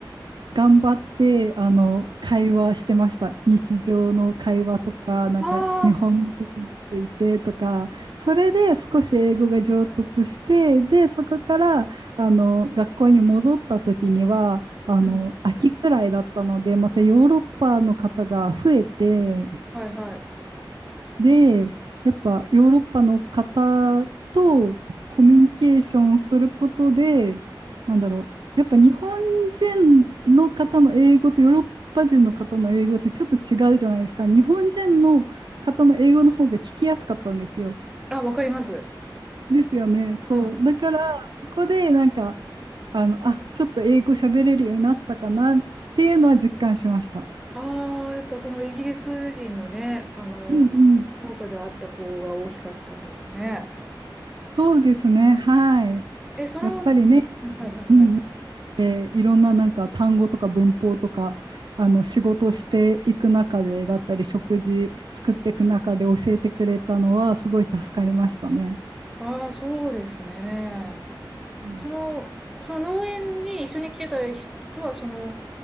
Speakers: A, on the right; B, in the centre.
A: 頑張ってあの会話してました。日常の会話とか、なんか日本語についてとか、
B: あ、
A: それで少し英語が上達して、で、そこからあの学校に戻った時には、あの秋くらいだったので、
B: うん、
A: またヨーロッパの方が増えて、
B: はい、はい。
A: で、やっぱヨーロッパの方とコミュニケーションすることで、なんだろう、やっぱ日本人の方の英語とヨーロッパ人の方の英語ってちょっと違うじゃないですか。日本人の方の英語の方が聞きやすかったんですよ。
B: あ、わかります。
A: ですよね。そう。
B: うん。
A: だから、そこでなんか、あの、あ、ちょっと英語喋れるようになったかなっていうのは実感しました。
B: ああ、やっぱそのイギリス人のね、あの、
A: うんうん。
B: 農家であった子が大きかったんですかね。
A: そうですね。はい。
B: え、その、
A: やっぱりね、
B: はいはいはい。
A: うんでいろんななんか単語とか文法とかあの仕事していく中でだったり食事作っていく中で教えてくれたのはすごい助かりましたね。
B: ああ、そうですね。
A: うん、
B: その、その農園に一緒に来てた人は、その、